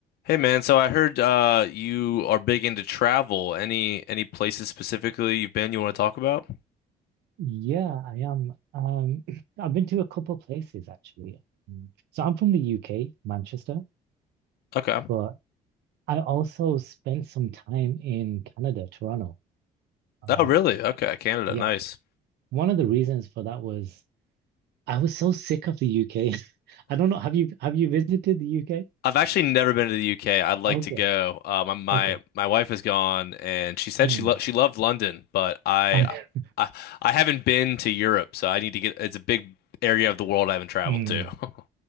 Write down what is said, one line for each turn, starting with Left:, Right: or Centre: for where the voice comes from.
Left: Hey man, so I heard uh you are big into travel. Any any places specifically you've been you want to talk about?
Right: Yeah, I am. Um, <clears throat> I've been to a couple places actually. Mm. So I'm from the UK, Manchester,
Left: Okay.
Right: but I also spent some time in Canada, Toronto. Um,
Left: Oh really? Okay, Canada,
Right: yeah,
Left: nice.
Right: one of the reasons for that was I was so sick of the UK. <laughs> I don't know. Have you have you visited the UK?
Left: I've actually never been to the UK. I'd like
Right: Okay,
Left: to go. Uh, My my
Right: okay.
Left: my wife has gone and she said
Right: Mm.
Left: she lo she loved London, but I,
Right: <laughs>
Left: I I haven't been to Europe, so I need to get it's a big area of the world I haven't traveled
Right: Mm.
Left: to. <laughs>